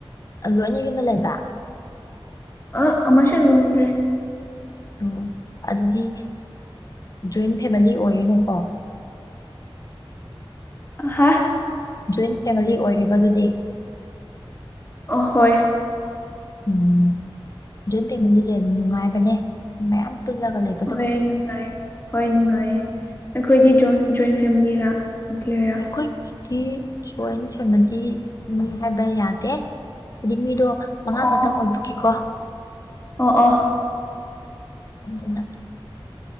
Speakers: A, on the left; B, on the left.
A: ꯂꯣꯏꯅ ꯌꯨꯝꯗ ꯂꯩꯕ
B: ꯑ ꯑꯃꯃꯥꯁ ꯂꯣꯅꯔꯤ
A: ꯑꯣ ꯑꯗꯨꯗꯤ ꯖꯣꯏꯟ ꯐꯦꯃꯤꯂꯤ ꯑꯣꯏꯔꯦꯅꯦꯀꯣ
B: ꯍꯥꯥ
A: ꯖꯣꯏꯟ ꯐꯦꯃꯤꯂꯤ ꯑꯣꯏꯔꯤꯕ ꯑꯗꯨꯗꯤ
B: ꯑ ꯍꯣꯏ
A: ꯎꯝ ꯖꯣꯏꯟ ꯐꯦꯃꯤꯂꯤꯁꯦ ꯑꯗꯨ ꯅꯨꯡꯉꯥꯏꯕꯅꯦ ꯃꯌꯥꯝ ꯄꯨꯜꯂꯒ ꯂꯩ
B: ꯍꯣꯏ ꯅꯨꯡꯉꯥꯏ ꯍꯣꯏ ꯅꯨꯡꯉꯥꯏ ꯑꯩꯈꯣꯏꯗꯤ ꯖꯣꯏꯟ ꯐꯦꯃꯤꯂꯤꯔꯥꯔ
A: ꯑꯩꯈꯣꯏꯒꯤꯗꯤ ꯖꯣꯏꯟ ꯐꯦꯃꯤꯂꯤꯅꯤ ꯍꯥꯏꯕ ꯌꯥꯗꯦ ꯍꯥꯏꯗꯤ ꯃꯤꯗꯣ ꯃꯉꯥ
B: ꯑꯣ
A: ꯈꯛꯇꯪ ꯑꯣꯏꯕꯈꯤꯀꯣ
B: ꯑꯣ ꯑꯣ
A: ꯊ